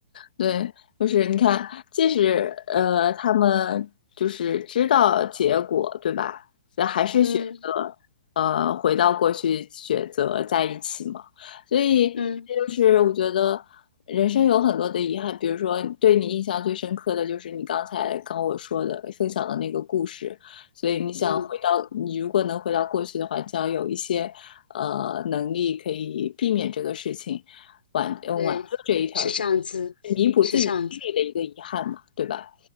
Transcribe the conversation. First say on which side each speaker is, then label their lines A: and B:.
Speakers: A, on the left; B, on the left.
A: 对，就是你看，即使呃他们就是知道结果，对吧？那还是选择呃回到过去，
B: 嗯
A: 选择在一起嘛。所以这就是我觉得人生有很多的遗憾，
B: 嗯
A: 比如说对你印象最深刻的就是你刚才跟我说的分享的那个故事。所以你想回到，
B: 嗯，
A: 你如果能回到过去的话，你想有一些呃能力可以避免这个事情。挽呃挽救这一条是
B: 对，是这样子，
A: 弥补自己心里的一个遗憾嘛，
B: 是这样子。
A: 对吧？